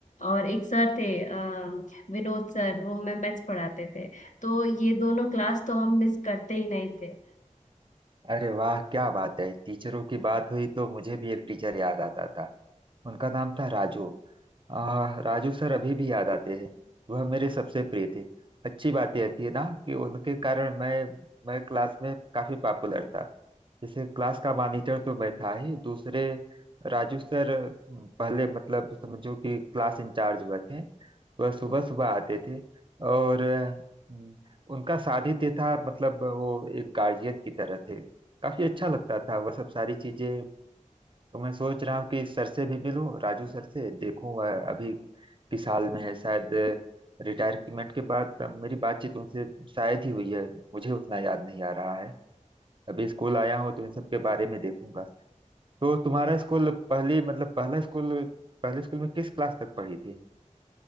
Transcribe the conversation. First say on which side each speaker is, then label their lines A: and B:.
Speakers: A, on the left; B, on the right.
A: और एक सर थे अ, विनोद सर वो हमें मैथ्स पढ़ाते थे तो ये दोनों क्लास तो हम मिस करते ही नहीं थे
B: अरे वाह क्या बात है टीचरों की बात हुई तो मुझे भी एक टीचर याद आता था उनका नाम था राजू आ, राजू सर अभी भी याद आते हैं वह मेरे सबसे प्रिय थे अच्छी बात यह थी ना कि उनके कारण मैं मैं क्लास में काफी पॉपुलर था जैसे क्लास का मॉनिटर तो मैं था ही दूसरे राजू सर अम, पहले मतलब समझो कि क्लास इंचार्ज हुए थे वह सुबह सुबह आते थे और अम, उनका सानिध्य था मतलब वो एक गार्जियन की तरह थे काफी अच्छा लगता था वह सब सारी चीजें तो मैं सोच रहा हूँ कि सर से भी मिलूं राजू सर से देखूं वह अभी किस हाल में है शायद रिटायरमेंट के बाद अ, मेरी बातचीत उनसे शायद ही हुई है मुझे उतना याद नहीं आ रहा है अभी स्कूल आया हूं तो इन सब के बारे में देखूंगा तो तुम्हारा स्कूल पहली मतलब पहला स्कूल पहले स्कूल में किस क्लास तक पढ़ी थी